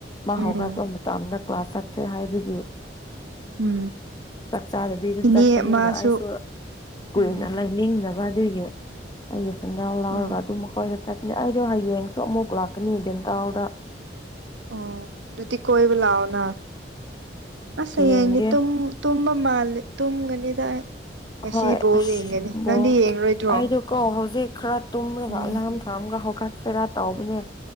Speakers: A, on the left; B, on the right.
A: ꯃꯥ
B: ꯎꯝ
A: ꯍꯧꯒꯠꯄ ꯃꯇꯝꯗ ꯀ꯭ꯂꯥꯁ ꯆꯠꯁꯦ ꯍꯥꯏꯕꯒꯤ
B: ꯎꯝ
A: ꯆꯥꯛꯆꯥꯥꯗꯕꯤꯁꯨ
B: ꯏꯅꯦ
A: ꯆꯠꯄꯅꯤꯅ
B: ꯃꯥꯁꯨ
A: ꯑꯩꯁꯨ ꯀꯨꯏꯅ
B: ꯎꯝ
A: ꯂꯩꯅꯤꯡꯗꯕ ꯑꯗꯨꯏꯒꯤ ꯑꯩꯒꯤ ꯁꯦꯟꯗꯜ ꯂꯥꯎꯔꯒ
B: ꯑꯣ
A: ꯑꯗꯨꯝ ꯃꯈꯣꯏꯗ ꯆꯠ ꯑꯩꯗꯣ ꯍꯌꯦꯡꯁꯨ ꯑꯃꯨꯛ ꯂꯥꯛꯀꯅꯤ ꯗꯦꯟ ꯇꯥꯜꯗ
B: ꯑꯣ ꯑꯗꯨꯗꯤ ꯀꯣꯏꯕ ꯂꯥꯑꯣꯅ ꯑꯁ
A: ꯌꯦꯡꯒꯦ
B: ꯍꯥꯌꯦꯡꯗꯤ ꯇꯨ ꯇꯨꯝ ꯃꯥꯜ ꯇꯨꯝꯒꯅꯤ ꯗ ꯉꯁꯤ
A: ꯍꯣꯏ
B: ꯕꯣꯜ
A: ꯑꯁ
B: ꯌꯦꯡꯒꯅꯤ
A: ꯕꯣꯜ
B: ꯅꯪꯗꯤ ꯌꯦꯡꯔꯣꯏꯗ꯭ꯔꯣ
A: ꯑꯩꯗꯣꯀꯣ ꯍꯧꯖꯤꯛ ꯈꯔ ꯇꯨꯝꯔꯒ
B: ꯎꯝ
A: ꯑꯂꯥꯝ ꯊꯥꯔꯝꯒ ꯍꯧꯀꯠ ꯁꯦꯔꯥ ꯇꯥꯎꯕꯅꯦ